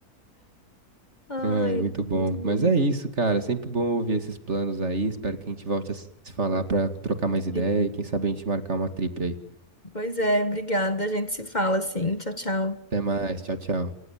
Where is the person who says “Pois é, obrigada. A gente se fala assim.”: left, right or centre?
Left